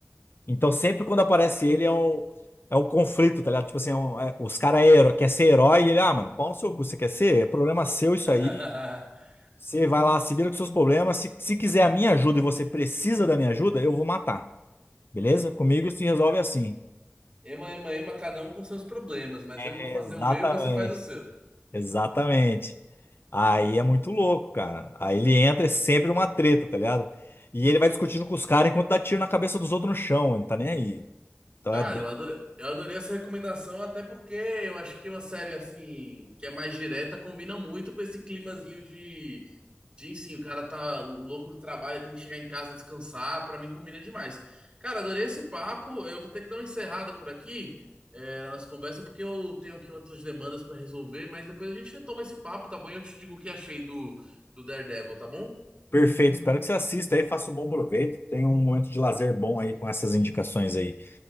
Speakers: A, on the left (about 55°); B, on the right (about 25°).
A: Então, sempre quando aparece ele, é um, é um conflito, tá ligado? Tipo assim, é um- é- os caras é hero- quer ser herói e ele, ah, mano, pau no seu cu, você quer ser? É problema seu isso
B: <laughs>
A: aí. Você vai lá, se vira com seus problemas. Se, se quiser a minha ajuda e você precisa da minha ajuda, eu vou matar. Beleza? Comigo se resolve assim.
B: Ema, ema, ema, cada um com seus problemas, mas eu vou
A: Exatamente,
B: fazer o meu e você faz o seu.
A: exatamente. Aí é muito louco, cara. Aí ele entra, é sempre uma treta, tá ligado? E ele vai discutindo com os caras enquanto dá tiro na cabeça dos outros no chão, ele não tá nem aí. Então
B: Cara,
A: é
B: eu ado- eu adorei essa recomendação, até porque eu acho que uma série assim, que é mais direta, combina muito com esse climazinho de, de sim, o cara tá louco do trabalho, tem que chegar em casa descansar, pra mim combina demais. Cara, adorei esse papo, eu vou ter que dar uma encerrada por aqui, é, na nossa conversa, porque eu tenho aqui outras demandas pra resolver, mas depois a gente retoma esse papo, tá bom? E eu te digo o que achei do, do Daredevil, tá bom?
A: Perfeito, espero que você assista aí, faça um bom proveito. Tenha um momento de lazer bom aí com essas indicações aí.